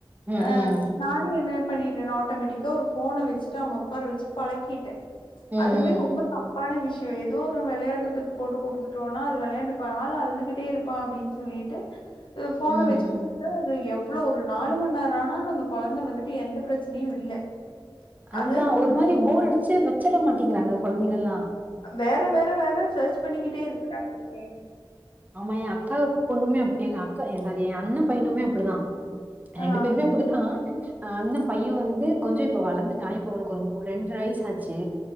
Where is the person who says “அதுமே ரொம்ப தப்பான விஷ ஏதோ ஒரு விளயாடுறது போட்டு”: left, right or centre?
Left